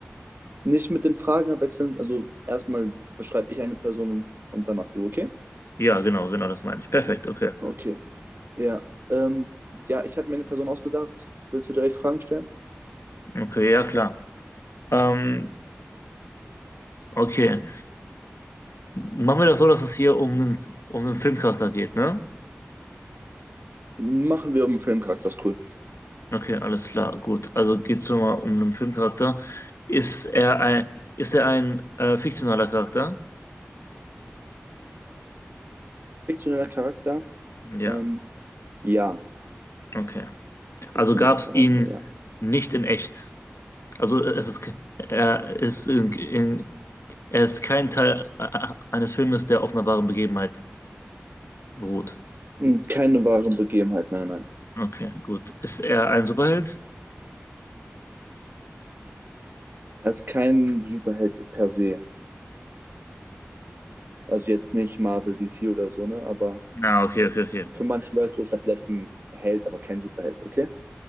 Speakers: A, on the right (about 55°); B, on the left (about 85°).
A: Nicht mit den Fragen abwechseln. Also erstmal beschreibe ich eine Person und, und danach du, okay?
B: Ja, genau, genau, das meine ich. Perfekt, okay.
A: Okay. Ja. Ähm, ja, ich habe mir eine Person ausgedacht. Willst du direkt Fragen stellen?
B: Okay, ja, klar. Ähm, okay. Machen wir das so, dass es hier um einen, um einen Filmcharakter geht, ne?
A: Machen wir um einen Filmcharakter, ist cool.
B: Okay, alles klar, gut. Also geht es schon mal um einen Filmcharakter. Ist er ein, ist er ein äh, fiktionaler Charakter?
A: Fiktioneller Charakter?
B: Ja,
A: Ähm, ja.
B: okay.
A: Fiktioneller
B: Also gab es
A: Charakter,
B: ihn
A: ja.
B: nicht in echt. Also äh, es ist, ke- er ist in, in, er ist kein Teil äh, äh, eines Filmes, der auf einer wahren Begebenheit beruht.
A: Und Keine wahre Begebenheit, nein, nein.
B: Okay, gut. Ist er ein Superheld?
A: Er ist kein Superheld per se. Also jetzt nicht Marvel, DC oder so, ne? Aber
B: Na, okay, okay, okay.
A: für manche Leute ist er vielleicht ein Held, aber kein Superheld, okay?